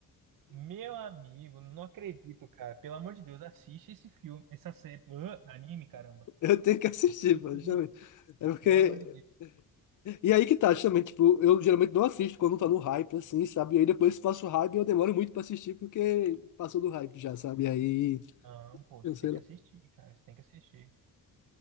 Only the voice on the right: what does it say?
Meu amigo, não acredito, cara. Pelo amor de Deus, assiste esse filme, essa série, Ahn, anime, caramba.
Assiste
Pelo amor de Deus.
Não, pô,
você
tem que
assistir, cara. Você tem que assistir.